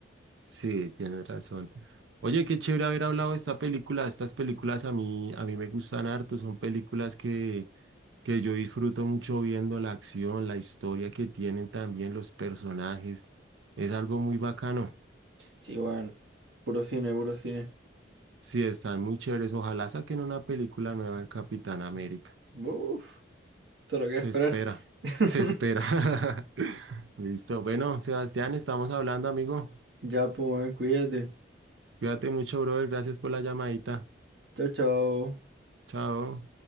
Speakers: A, on the right; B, on the right.
A: Sí, tienes razón. Oye, qué chévere haber hablado de esta película. Estas películas a mí, a mí me gustan harto. Son películas que que yo disfruto mucho viendo la acción, la historia que tienen también los personajes. Es algo muy bacano.
B: Sí, bueno, puro cine, puro cine.
A: Sí, están muy chéveres. Ojalá saquen una película nueva del Capitán América.
B: Uf, solo queda
A: Se
B: esperar.
A: espera,
B: <laughs>
A: se espera. <laughs> Listo. Bueno, Sebastián, estamos hablando, amigo.
B: Ya, pues, weón, cuídate.
A: Cuídate mucho, brother. Gracias por la llamadita.
B: Chao, chao.
A: Chao.